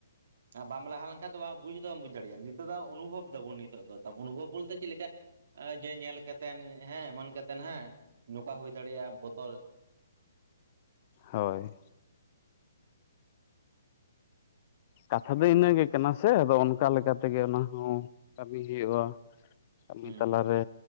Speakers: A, on the right; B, on the left.
A: ᱟᱨ ᱵᱟᱢ ᱞᱟᱦᱟ ᱞᱮᱱᱠᱷᱟᱱ ᱫᱚ ᱵᱟᱝ ᱵᱩᱡᱽ ᱦᱚᱸ ᱛᱚ ᱵᱟᱢ ᱵᱩᱡᱽ ᱫᱟᱲᱮᱭᱟᱜᱼᱟ, ᱱᱤᱛᱚᱜ ᱫᱚ ᱚᱱᱩᱵᱷᱚᱵᱽ ᱫᱟᱵᱚᱱ ᱱᱤᱛᱚᱜ ᱫᱚ ᱾ ᱚᱱᱩᱵᱷᱚᱵᱽ ᱵᱚᱞᱛᱮ ᱪᱮᱫ ᱞᱮᱠᱟ, ᱡᱮ ᱧᱮᱞ ᱠᱟᱛᱮᱱ ᱦᱮᱸ, ᱮᱢᱟᱱ ᱠᱟᱛᱮᱱ ᱦᱮᱸ ᱾ ᱱᱚᱝᱠᱟ ᱦᱩᱭ ᱫᱟᱲᱮᱭᱟᱜᱼᱟ ᱵᱚᱛᱚᱞ ᱾
B: ᱦᱳᱭ, ᱠᱟᱛᱷᱟ ᱫᱚ ᱤᱱᱟᱹ ᱜᱮ ᱠᱟᱱᱟ ᱥᱮ, ᱟᱫᱚ ᱚᱱᱠᱟ ᱞᱮᱠᱟ ᱛᱮᱜᱮ ᱚᱱᱟ ᱦᱚᱸ ᱠᱟᱹᱢᱤ ᱦᱩᱭᱩᱜᱼᱟ ᱾ ᱠᱟᱹᱢᱤ
A: ᱦᱩᱸ
B: ᱛᱟᱞᱟᱨᱮᱼᱼ